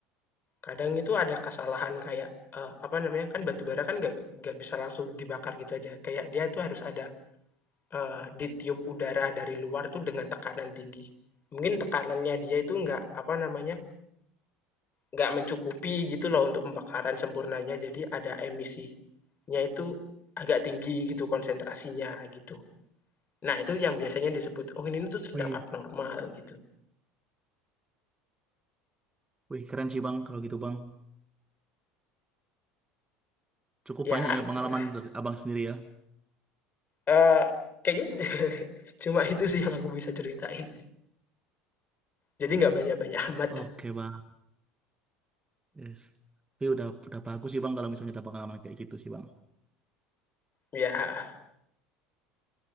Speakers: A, on the left; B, on the right.
A: Kadang itu ada kesalahan kayak eh, apa namanya? Kan batu bara kan gak gak bisa langsung dibakar gitu aja. Kayak dia tuh harus ada Eee, ditiup udara dari luar tuh dengan tekanan tinggi. Mungkin tekanannya dia itu nggak, apa namanya, nggak mencukupi gitu loh untuk pembakaran sempurnanya, jadi ada emisinya itu agak tinggi gitu konsentrasinya, gitu. Nah, itu yang biasanya disebut, "Oh, ini tuh sedang
B: Wih,
A: abnormal," gitu.
B: wih keren sih bang kalau gitu bang. Cukup
A: Ya
B: banyak ya pengalaman
A: gitulah,
B: dari abang sendiri ya.
A: eee, kayaknya <laughs> cuma itu sih yang aku bisa ceritain. Jadi nggak banyak-banyak amat.
B: Oke bang. Yes. Tapi udah udah bagus sih Bang kalau misalnya ada pengalaman kayak gitu sih Bang.
A: Ya, heeh.